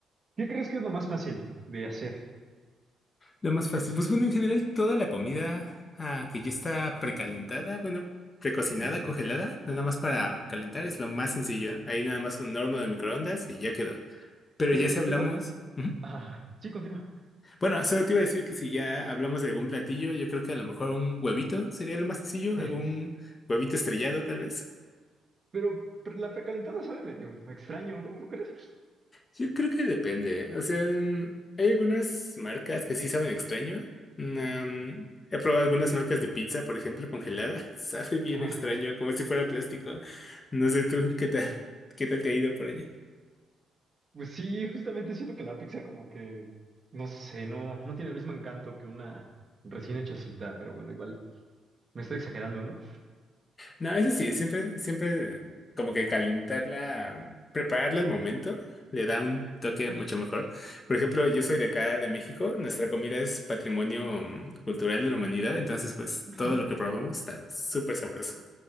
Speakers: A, on the right; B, on the left.
A: ¿Qué crees que es lo más fácil de hacer?
B: Lo más fácil, pues bueno, en general toda la comida ah, que ya está precalentada, bueno, precocinada,
A: Mm.
B: congelada, nada más para calentar es lo más sencillo. Ahí nada más un horno de microondas y ya quedó. Pero
A: Pero
B: ya si hablamos...
A: igual,
B: Ujú.
A: ah, sí, continúa.
B: Bueno, solo te iba a decir que si ya hablamos de algún platillo, yo creo que a lo mejor un huevito sería lo más sencillo,
A: <laughs>
B: algún huevito estrellado tal vez.
A: Pero, pero la precalentada sabe medio extraño, ¿no? ¿No crees?
B: Yo creo que depende. ¿eh? O sea, mm, hay algunas marcas que sí saben extraño. Mm, he probado algunas marcas de pizza, por ejemplo, congelada. <laughs> Sabe bien
A: <laughs>
B: extraño, como si fuera plástico. No sé tú, ¿qué tal? ¿Qué tal te ha ido por allá?
A: Pues sí, justamente siento que la pizza como que, no sé, no, no tiene el mismo encanto que una recién hechecita, pero bueno, igual, me estoy exagerando, ¿no?
B: No, eso sí, siempre, siempre como que calentarla, mm, prepararla al momento, le da un toque mucho mejor. Por ejemplo, yo soy de acá, de México. Nuestra comida es patrimonio mm, cultural de la humanidad. Entonces, pues todo
A: ¿Mm?
B: lo que probamos está súper sabroso.